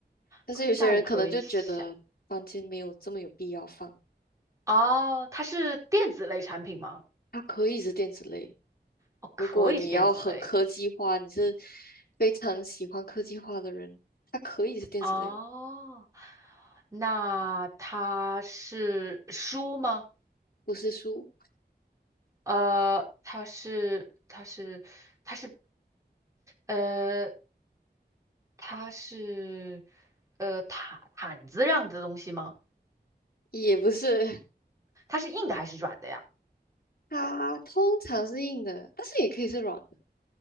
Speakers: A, on the left; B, on the right.
A: 但是有些人可能就觉得房间没有这么有必要放，
B: 可以大也可以小。哦，它是电子类产品吗？
A: 它可以是电子类。
B: 哦，
A: 如果你要很科技化，
B: 可以是电子类。
A: 你是非常喜欢科技化的人，它可以是电子类，
B: 哦，那它是书吗？
A: 不是书，
B: 呃，它是它是它是呃它是呃毯毯子这样子的东西吗？
A: 也不是，
B: 它是硬的还是软的呀？
A: 它通常是硬的，但是也可以是软的。